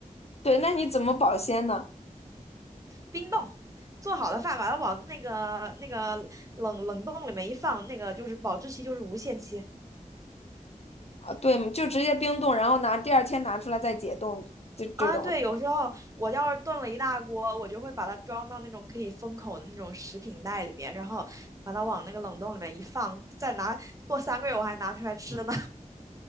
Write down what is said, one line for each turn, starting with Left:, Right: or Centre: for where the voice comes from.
Left: 对，那你怎么保鲜呢？
Right: 冰冻，做好的饭把它往那个那个冷冷冻里面一放，那个就是保质期就是无限期。
Left: 啊，对，就直接冰冻，然后拿第二天拿出来再解冻，就这种。
Right: 啊，对，有时候我要是炖了一大锅，我就会把它装到那种可以封口的那种食品袋里面，然后把它往那个冷冻里面一放，再拿过三个月我还拿出来吃呢。